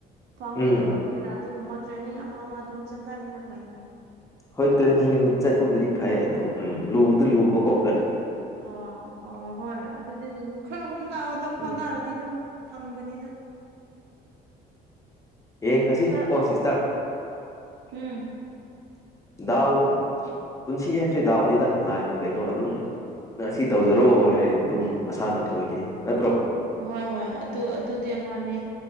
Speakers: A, on the right; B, on the left.
A: ꯐꯪꯒꯦ
B: ꯎꯝ
A: ꯇꯧꯔꯕꯅꯤꯅ ꯑꯗꯨꯒꯨꯝꯕ ꯇ꯭ꯔꯦꯅꯤꯡ ꯑꯃ ꯑꯃ ꯑꯗꯨꯝ ꯆꯠꯈꯥꯏꯕꯅ ꯐꯩꯗ
B: ꯍꯣꯏ ꯇ꯭ꯔꯦꯅꯤꯡꯡ ꯆꯠꯄꯕꯨꯗꯤ ꯐꯩ ꯑꯗꯣ ꯎꯝ ꯂꯨꯕꯗ ꯂꯨꯕ ꯀꯣꯈ꯭ꯔꯦ
A: ꯑꯣ ꯑꯣ ꯍꯣꯏ ꯑꯗꯨꯗꯤ ꯎꯝ ꯈꯔ ꯍꯣꯠ ꯅꯗꯝ
B: ꯎꯝ
A: ꯍꯣꯠꯅꯔꯗꯤ ꯑꯗꯨꯝ ꯐꯪꯕꯅꯤꯗ
B: ꯌꯦꯡꯈ꯭ꯔꯁꯤ
A: ꯈꯔ
B: ꯀꯣ ꯁꯤꯁꯇꯔ
A: ꯎꯝ
B: ꯗꯥꯎ ꯄꯨꯟꯁꯤ ꯍꯥꯏꯕꯁꯤꯦ ꯗꯥꯎꯅꯤꯗ ꯂꯥꯏꯅ ꯀꯩꯅꯣ ꯑꯗꯨꯝ ꯅꯁꯤ ꯇꯧꯖꯔꯣ ꯍꯥꯏꯔꯗꯤ ꯑꯗꯨꯝ ꯃꯁꯥꯅ ꯑꯣꯏꯒꯅꯤ ꯅꯠꯇ꯭ꯔꯣ
A: ꯍꯣꯏ ꯍꯣꯏ ꯑꯗꯨ ꯑꯗꯨꯗꯤ ꯑꯃꯅꯦ